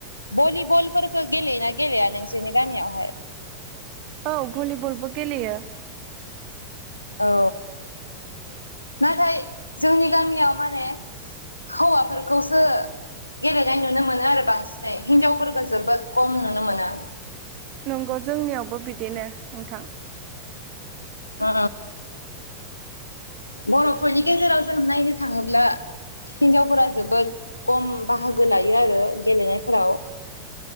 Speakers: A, on the left (about 85°); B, on the right (about 40°).
A: बलि बल फोरखौ गेलेयोना गेलेया नोंसोरनि गामियावहाय
B: औ भलिबलबो गेलयो
A: औ नाथाय जोंनि गामियाव माने हौवाफोरखौसो गेलेनाय नुनो मोनो आरो बांसिनै हिनजावफोरखौ जोबोद खम नुनो मोनो
B: नंगौ जोंनियावबो बिदिनो नोंथां
A: ओ बर'फोरनि गेजेराव जों नायनो थाङोब्ला हिनजावफोरा जोबोद खम बाहागो लायो आरो गेलेनायफोराव